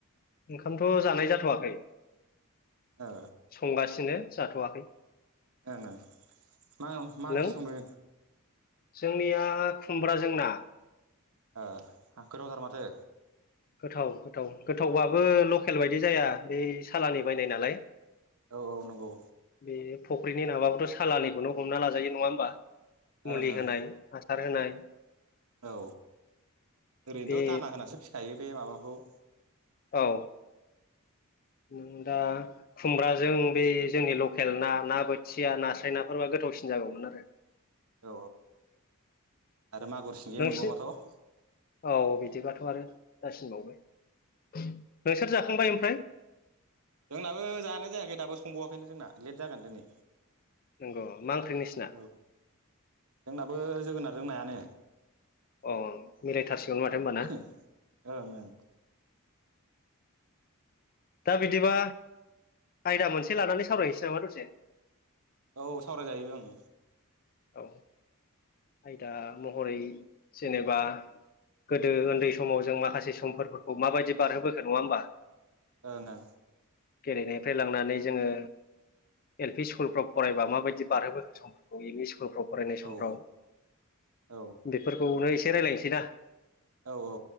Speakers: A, on the left (about 40°); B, on the right (about 80°).
A: ओंखामथ' जानाय जाथ'वाखै
B: ओ
A: संगासिनो जाथ'वाखै।
B: ओं ओं मा मा ओंख्रि
A: नों?
B: संदों
A: जोंनिया खुमब्राजों ना।
B: ओ गोथावथार माथो।
A: गोथाव गोथाव गोथावबाबो लकेल बायदि जाया बे सालानि बायनाय नालाय।
B: औ औ नंगौ।
A: बे फुख्रिनि नाबाबोथ' सालानिखौनो हमना लाजायो नङा होमबा? मुलि
B: ओं ओं
A: होनाय हासार होनाय।
B: औ ओरैनोथ'
A: बे
B: दाना होनसो फिखायो बे माबाखौ।
A: औ। नों दा खुमब्राजों बे जोंनि लकेल ना ना बोथिया नास्राय नाफोरबा गो थावसिन जागौमोन आरो।
B: औ औ आरो मागुर सिंगि
A: नोंसोर
B: मोनबावबाथ'
A: औ बिदिबाथ' आरो जासिनबावबाय। नोंसोर जाखांबाय ओमफ्राय?
B: जोंनाबो जानाय जायाखै दाबो संबावाखैनो जोंना लेट जागोन दिनै।
A: नंगौ मा ओंख्रि नोंसिना
B: औ जोंनाबो जोगोनारजों नायानो।
A: अ मिलायथारसिगौनो माथो होमबा ना
B: <unintelligible> ओंओं
A: दा बिदिबा आयदा मोनसे लानानै सावरायहनोसै नामा दसे
B: औ सावरायजायो ओं
A: औ आयदा महरै जेनेबा गोदो उन्दै समाव जों माखासे समफोरखौ माबायदि बारहोबोखो नङा होमबा
B: ओंओं
A: गेलेनायनिफ्राय लांनानै जोंङो एल पि स्कुल फाव फरायबा माबायदि बारहो समफोरखौ एम इ स्कुल स्कुलफ्राव फरायनाय समफ्राव
B: ओं औ औ
A: बेफोरखौनो एसे रायज्लायनोसै ना।
B: औ औ